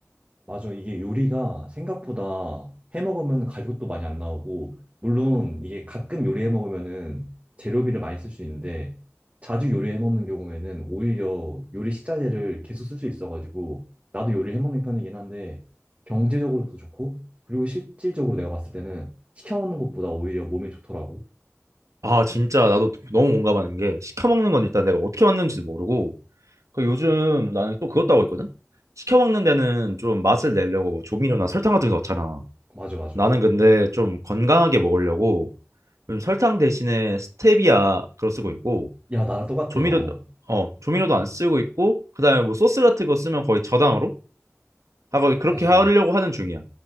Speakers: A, on the right (about 30°); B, on the right (about 85°).
A: 맞아. 이게 요리가 생각보다 해 먹으면 가격도 많이 안 나오고, 물론 이게 가끔 요리해 먹으면은 재료비를 많이 쓸 수 있는데, 자주 요리해 먹는 경우에는 오히려 요리 식자재를 계속 쓸 수 있어가지고, 나도 요리해 먹는 편이긴 한데, 경제적으로도 좋고, 그리고 실질적으로 내가 봤을 때는 시켜 먹는 것보다 오히려 몸에 좋더라고.
B: 아, 진짜 나도 너무 공감하는 게 시켜 먹는 건 일단 내가 어떻게 만드는지도 모르고 그 요즘 나는 또 그것도 하고 있거든? 시켜 먹는 데는 좀 맛을 내려고 뭐 조미료나 설탕 같은 거 넣잖아.
A: 맞아, 맞아.
B: 나는 근데 좀 건강하게 먹으려고 요즘 설탕 대신에 스테비아 그거 쓰고 있고
A: 야, 나랑 똑같아요.
B: 조미료도 어 조미료도 안 쓰고 있고 그다음에 뭐 소스 같은 거 쓰면 거의 저당으로 하고 그렇게
A: 맞아.
B: 하려고 하는 중이야.